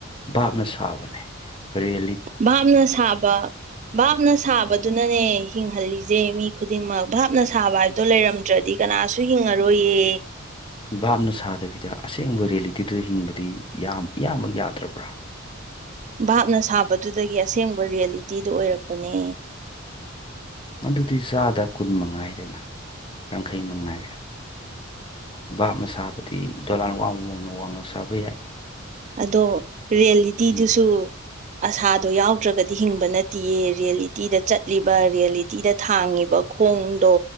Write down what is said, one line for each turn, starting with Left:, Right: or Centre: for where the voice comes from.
Left: ꯚꯥꯞꯅ ꯁꯥꯕꯅꯦꯔꯤꯌꯦ
Right: ꯚꯥꯞꯅ ꯁꯥꯕ ꯚꯥꯞꯅ ꯁꯥꯕꯗꯨꯅꯅꯦ ꯍꯤꯡꯍꯜꯂꯤꯁꯦ ꯃꯤ ꯈꯨꯗꯤꯡꯃꯛ ꯚꯥꯞꯅ ꯁꯥꯕ ꯍꯥꯏꯕꯗꯣ ꯂꯩꯔꯝꯗ꯭ꯔꯗꯤ ꯀꯅꯥꯁꯨ ꯍꯤꯡꯉꯔꯣꯏꯌꯦ
Left: ꯕꯥꯞꯅ ꯁꯥꯗꯕꯤꯗ ꯑꯁꯦꯡꯕ ꯔꯤꯌꯦꯂꯤꯇꯤꯗꯨ ꯍꯤꯡꯕꯗꯤ ꯌꯥꯝ ꯏꯌꯥꯝꯃꯛ ꯌꯥꯗ꯭ꯔꯕ꯭ꯔꯥ
Right: ꯚꯥꯞꯅ ꯁꯥꯕꯗꯨꯗꯒꯤ ꯑꯁꯦꯡꯕ ꯔꯤꯌꯦꯂꯤꯇꯤꯗꯨ ꯑꯣꯏꯔꯛꯄꯅꯦ
Left: ꯑꯗꯨꯗꯤ ꯆꯥꯗ ꯀꯨꯟ ꯃꯉꯥꯏꯔꯦꯅ ꯌꯥꯡꯈꯩ ꯃꯉꯥꯏꯔꯦ ꯕꯥꯥꯞꯅ ꯁꯥꯕꯗꯤ ꯗꯣꯂꯥꯟ ꯋꯥꯡ ꯋꯥꯡꯅ ꯋꯥꯡꯅ ꯁꯥꯕ ꯌꯥꯏ
Right: ꯑꯗꯣ ꯔꯤꯌꯦꯂꯤꯇꯤꯗꯨꯁꯨ
Left: ꯎꯝ
Right: ꯑꯁꯥꯗꯣ ꯌꯥꯎꯗ꯭ꯔꯒꯗꯤ ꯍꯤꯡꯕ ꯅꯠꯇꯦꯌꯦ ꯔꯤꯌꯦꯂꯤꯇꯤꯗ ꯆꯠꯂꯤꯕ ꯔꯤꯌꯦꯂꯤꯇꯤꯗ ꯊꯥꯡꯉꯤꯕ ꯈꯣꯡꯗꯣ